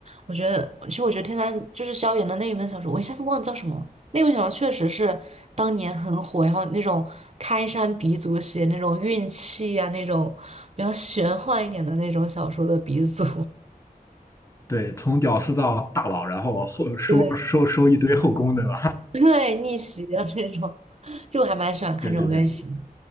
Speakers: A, on the right (about 45°); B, on the left (about 20°).
A: 我觉得，其实我觉得天蚕就是萧炎的那一本小说，我一下子忘记叫什么了。那本小说确实是当年很火，然后那种开山鼻祖写那种运气呀，那种比较玄幻一点的那种小说的鼻祖。
B: 对，从屌丝到大佬，然后后收收收一堆后宫，
A: <laughs> 对。
B: 对吧？
A: <laughs> 对，逆袭啊这种，就我还蛮喜欢看这种类型的。
B: <laughs> 对对对，